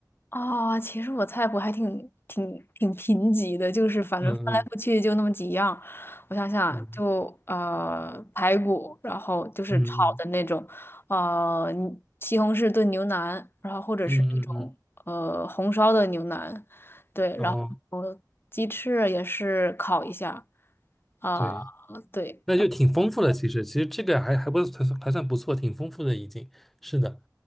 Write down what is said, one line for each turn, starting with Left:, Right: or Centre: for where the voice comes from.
Left: 啊、其实我菜谱还挺挺挺贫瘠的，就是反正翻来覆去就那么几样。
Centre: 嗯
Left: 我想想，
Centre: 嗯
Left: 就呃排骨，然后就是炒的那种，
Centre: 嗯嗯嗯
Left: 呃你西红柿炖牛腩，然后或者是那种呃红烧的牛腩，
Centre: 嗯嗯
Left: 对，
Centre: 嗯，
Left: 然后鸡翅也是烤一下，
Centre: 哦，
Left: 啊、
Centre: 对，
Left: 对，
Centre: 那就挺丰富的。其实其实这个还还不还算还算不错，挺丰富的已经。是的，